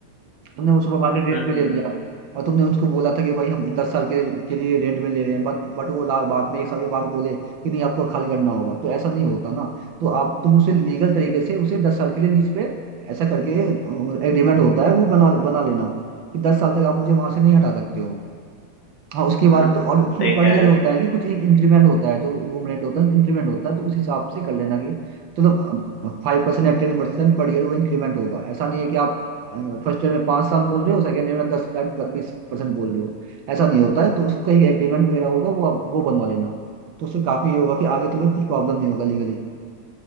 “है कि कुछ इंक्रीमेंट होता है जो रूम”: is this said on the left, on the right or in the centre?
Right